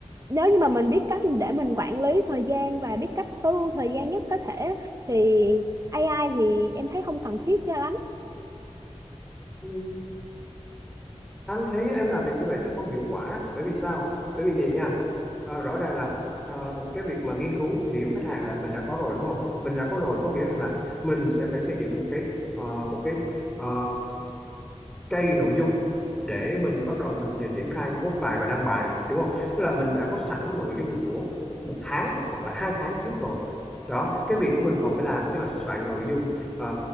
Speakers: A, on the right (about 30°); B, in the centre.
A: nếu như mà mình biết cách để mình quản lý thời gian và biết cách tối ưu thời gian nhất có thể thì AI thì em thấy không cần thiết cho lắm
B: Ừ, anh thấy em làm việc như vậy sẽ không hiệu quả bởi vì sao bởi vì gì nha Ờ, rõ ràng là ờ, cái việc mà nghiên cứu thị hiếu khách hàng là mình đã có rồi đúng không? Mình đã có rồi có nghĩa rằng là mình sẽ phải xây dựng một cái ờ, một cái ờ, cây nội dung để mình bắt đầu mình à, triển khai post bài và đăng bài đúng không tức là mình đã có sẵn nội dung của một tháng hoặc là hai tháng trước rồi đó cái việc của mình còn phải làm tức là soạn nội dung ờ,